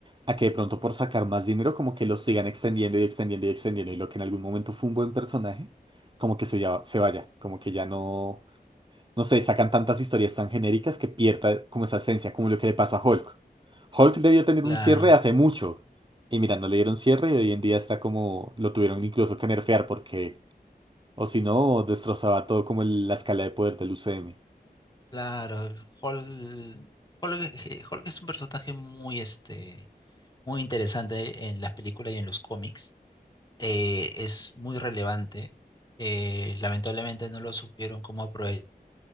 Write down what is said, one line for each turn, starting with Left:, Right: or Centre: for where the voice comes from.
Right: a que de pronto por sacar más dinero como que lo sigan extendiendo y extendiendo y extendiendo y lo que en algún momento fue un buen personaje, como que se, ya, se vaya, como que ya no, no sé, sacan tantas historias tan genéricas que pierda como esa esencia, como lo que le pasó a Hulk. Hulk debió tener
Left: Claro,
Right: un cierre hace mucho y mira, no le dieron cierre y hoy en día está como, lo tuvieron incluso que nerfear porque... O si no, destrozaba todo como el- la escala de poder del UCM.
Left: claro. Hall, Hulk, eh, Hulk es un personaje muy, este, muy interesante en las películas y en los cómics. Eh, es muy relevante. Eh, lamentablemente no lo supieron cómo aprovechar